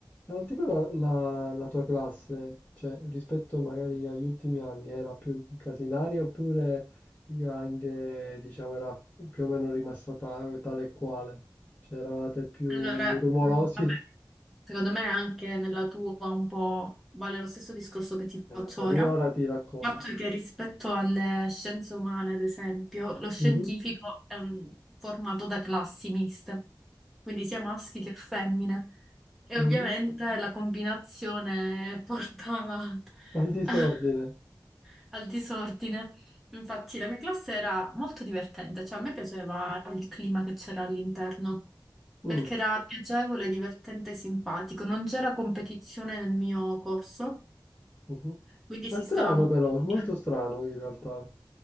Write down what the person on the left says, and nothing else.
al tipo la, la- la tua classe, cioè rispetto magari agli ultimi anni, era più casinaria oppure anche, diciamo, era più o meno rimasta ta- tale e quale? Cioè eravate più
rumorosi?
Eh, la
mia ora ti racconto.
Mhm.
Mhm.
Al disordine.
Mm.
Mhm.
Ma
strano
però, è
molto strano in realtà.